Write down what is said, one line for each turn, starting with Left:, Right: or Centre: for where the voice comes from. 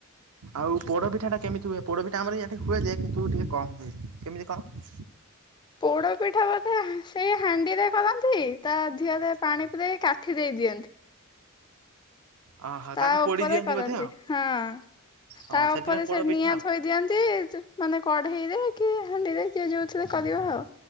Right: ଆଉ ପୋଡ଼ପିଠାଟା କେମିତି ହୁଏ ପୋଡ଼ପିଠା ଆମର ଏଇଠି ହୁଏଯେ କିନ୍ତୁ ଟିକେ କମ୍ ହୁଏ। କେମିତି କଣ?
Left: ପୋଡ ପିଠା ବୋଧେ ହା ସେଇ ହାଣ୍ଡିରେ କରନ୍ତି। ତା ଧିଅରେ ପାଣି ପୁରେଇ କାଠି ଦେଇ ଦିଅନ୍ତି।
Right: ଓହୋ
Left: ତା
Right: ତାକୁ
Left: ଉପରେ
Right: ପୋଡି ଦିଅନ୍ତି
Left: କରନ୍ତି
Right: ବୋଧେ ଆଉ
Left: ହଁ। ତା
Right: ହଁ
Left: ଉପରେ
Right: ସେଥିପାଇଁ ପୋଡ
Left: ସେ ନିଆଁ
Right: ପିଠା ଆଉ
Left: ଥୋଇ ଦିଅନ୍ତି ଯୋ ମାନେ କଢେଇରେ, କି ହାଣ୍ଡିରେ ଯିଏ ଯୋଉ ଥିରେ କରିବ ଆଉ।